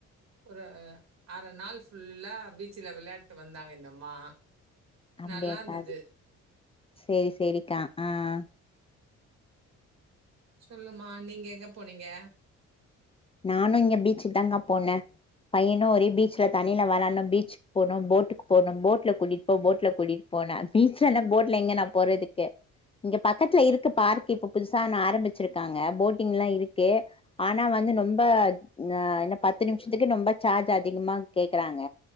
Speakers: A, on the right; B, on the left.
A: ஒரு அர நாள் ஃபுல்லா பீச்சுல விளான்டு வந்தாங்க இந்தம்மா
B: அப்டியாக்கா
A: நல்லாந்துது
B: சேரி சேரிக்கா ஆஹ்
A: சொல்லுமா நீங்க எங்க போனீங்க
B: நானு இங்க பீச்சுக் தாங்க்கா போனே பையனு ஒரே பீச்ல தண்ணில வெளாட்னு பீச்சுக் போணு போட்டுக்கு போணு போட்ல கூட்டிட் போ போட்ல கூட்டிட் போன்னு பீச்லனா போட்ல எங்க நா போறதுக்கு இங்க பக்கத்துல இருக்கு பார்க் இப்ப புதுசா ன ஆரம்பிச்சிருக்காங்க போட்டிங்ல்லா இருக்கு ஆனா வந்து ரொம்ப ந என்ன பத்து நிம்ஷத்துக்கே ரொம்ப சார்ஜ் அதிகமா கேக்கறாங்க